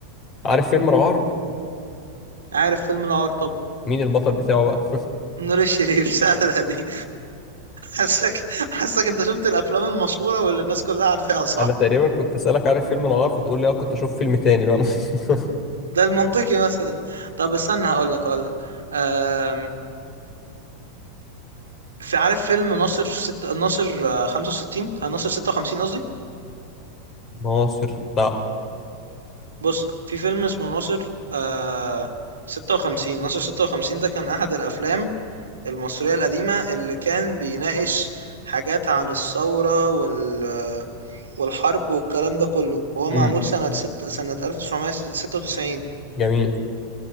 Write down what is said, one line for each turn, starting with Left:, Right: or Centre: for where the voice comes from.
Left: عارف فيلم العار
Right: عارف فيلم العار طبعا
Left: مين البطل بتاعه بقى <laughs>
Right: نور الشريف <laughs> سهلة دي حاسك حاسك انت شفت الافلام المشهورة واللي الناس كلها عارفاها صح
Left: انا تقريبا كنت اسالك عارف فيلم العار فتقول لي اه كنت اشوف فيلم تاني بقى <laughs>
Right: ده المنطقي مثلا طب استنى هقول لك هقول لك أم... في عارف فيلم ناصر ست... ناصر آه، 65 آه، ناصر 56 قصدي
Left: ناصر لا
Right: بص في فيلم اسمه ناصر آه... 56 ناصر 56 ده كان احد الافلام المصرية القديمة اللي كان بيناقش حاجات عن الثورة وال والحرب والكلام ده كله وهو
Left: مم.
Right: معمول سنة ست سنة 1996
Left: جميل